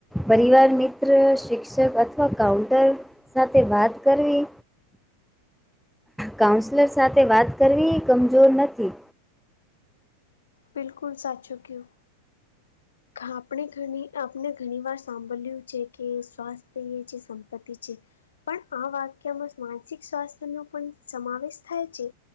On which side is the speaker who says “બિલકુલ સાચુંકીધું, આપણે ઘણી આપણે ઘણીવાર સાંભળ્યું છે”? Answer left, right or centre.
Left